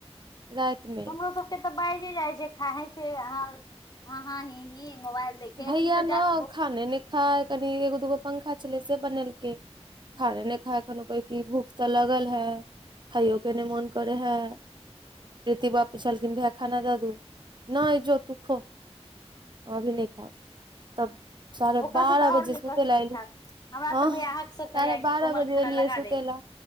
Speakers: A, on the right (about 45°); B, on the left (about 35°).
A: रातिमे
B: हमरो सब से तऽ बाइजे जाइ छै खा हसिते <unintelligible> हाँ हाँ हि हि मोबाइल देखेत
A: भैया
B: ई तऽ
A: न
B: जात
A: खाने नै खा कनि एगो दूगो पंखा छलै से बनेलकै खाने नहि खाय की भूख तऽ लगल ह खाइयो केँ नै मोन करे है प्रिति बाउ पछलखिन भैया खाना द दू नहि जो तू खो अभी नहि खैब तब साढ़े
B: ओकरा
A: बारह
B: से तऽ आओर
A: बजे
B: नहि
A: सुत
B: कहते
A: लै
B: जे
A: एलिये
B: खायब हमरा
A: हँ
B: तऽ भैया
A: साढे
B: हक से कहैया
A: बारह
B: कि कोमल
A: बजे
B: खाना
A: एलिये
B: लगा
A: सुत
B: दे
A: लैए